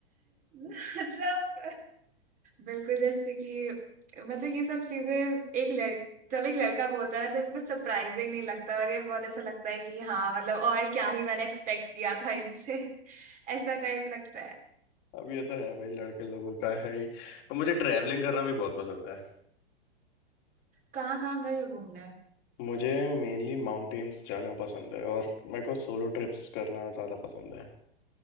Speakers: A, on the right; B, on the left.
A: मतलब बिल्कुल जैसे कि मतलब ये सब चीजें एक लड़क जब एक लड़का बोलता है ना तो बिल्कुल सरप्राइजिंग नहीं लगता और ये बहुत ऐसा लगता है कि हाँ मतलब और क्या ही मैंने एक्सपेक्ट किया था इनसे ऐसा टाइप लगता है
B: अब ये तो है भाई लड़के लोगों का है ही अब मुझे ट्रैवलिंग करना भी बहुत पसंद है
A: कहाँ कहाँ गए हो घूमने
B: मुझे मेनली माउंटेन्स जाना पसंद है और मेरे को सोलो ट्रिप्स करना ज़्यादा पसंद है